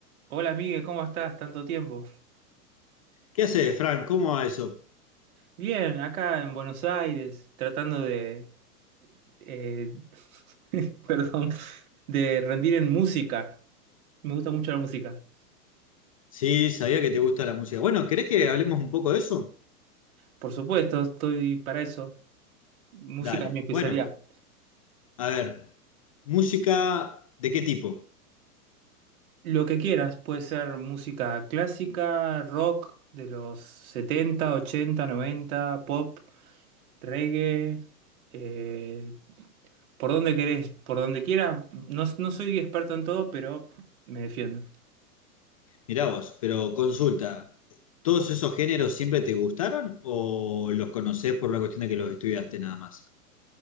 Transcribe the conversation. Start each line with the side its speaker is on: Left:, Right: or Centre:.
Right: Hola Miguel, ¿cómo estás? Tanto tiempo.
Left: ¿Qué haces, Fran? ¿Cómo va eso?
Right: Bien, acá en Buenos Aires, tratando de, eh, <laughs> perdón, de rendir en música. Me gusta mucho la música.
Left: Sí, sabía que te gusta la música. Bueno, ¿querés que hablemos un poco de eso?
Right: Por supuesto, estoy para eso. Música
Left: Dale.
Right: es mi especialidad.
Left: Bueno, a ver, ¿música de qué tipo?
Right: Lo que quieras, puede ser música clásica, rock de los 70, 80, 90, pop, reggae, eh, por donde querés, por donde quieras. No, no soy experto en todo, pero me defiendo.
Left: Mirá vos, pero consulta, ¿todos esos géneros siempre te gustaron o los conocés por una cuestión de que los estudiaste nada más?